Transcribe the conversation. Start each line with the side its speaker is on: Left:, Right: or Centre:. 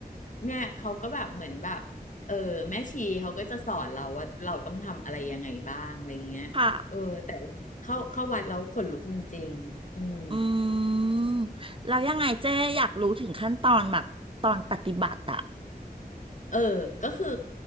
Left: เนี่ยเขาก็แบบเหมือนแบบเออแม่ชีเขาก็จะสอนเราว่าเราต้องทำอะไรยังไงบ้างอะไรเงี้ยเออแต่ว่าเข้าเข้าวัดแล้วขนลุกจริงๆอืม
Right: ค่ะอืมแล้วยังไงเจ๊อยากรู้ถึงขั้นตอนแบบตอนปฏิบัติอะ
Left: เออ ก็คือ